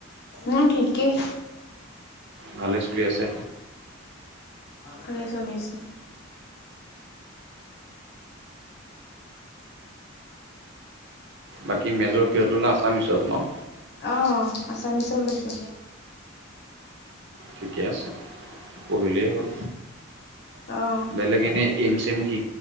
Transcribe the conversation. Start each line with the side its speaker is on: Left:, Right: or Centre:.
Left: মোৰ ঠিকেই
Right: ভালেই চলি আছে
Left: ভালেই চলি আছে
Right: বাকী মেজৰ কিহত ললা আছামিছত ন
Left: অ আছামিচত লৈছো
Right: ঠিকে আছে পঢ়িলেই হ'ল।
Left: অ',
Right: বেলেগ এনে ইম চম কি